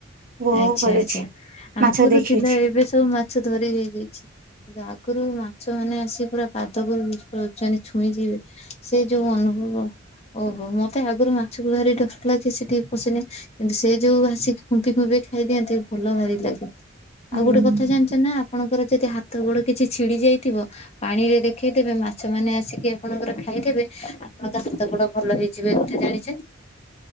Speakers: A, on the right (about 45°); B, on the left (about 30°).
A: ଉପଭୋଗ
B: ଆଚ୍ଛା
A: କରିଛି।
B: ଆଚ୍ଛା
A: ମାଛ
B: ଆଗରୁ
A: ଦେଖିଛି
B: ଥିଲା ଏବେ ସବୁ ମାଛ ଧରି ହେଇଯାଇଛି। ଆଗରୁ ମାଛ ମାନେ ଆସି ପୁରା ପାଦକୁ <unintelligible> ଛୁଇଁ ଯିବେ। ସେ ଯୋଉ ଅନୁଭବ। ଓହୋ ମତେ ଆଗରୁ ମାଛକୁ ଭାରି ଡର ଲାଗେ ସେଠିକେ ପଶିନେ କିନ୍ତୁ ସେ ଯୋଉ ଆସିିକି ଖୁମ୍ପି ଖୁମ୍ପି ଖାଇଦିଅନ୍ତି ଭଲ ଭାରି ଲାଗେ ଆଉ
A: ହୁଁ।
B: ଗୋଟେ କଥା ଜାଣିଛନ୍ତିନା ଆପଣଙ୍କର ଯଦି ହାତ ଗୋଡ କିଛି ଛିଡି ଯାଇଥିବ ପାଣି ରେ ଦେଖେଇଦେବେ ମାଛ ମାନେ ଆସିକି ଆପଣଙ୍କର ଖାଇଦେବେ ଆପଣଙ୍କ ହାତ ଗୋଡ ଭଲ ହେଇଯିବ ଏ କଥା ଜାଣିଛନ୍ତି?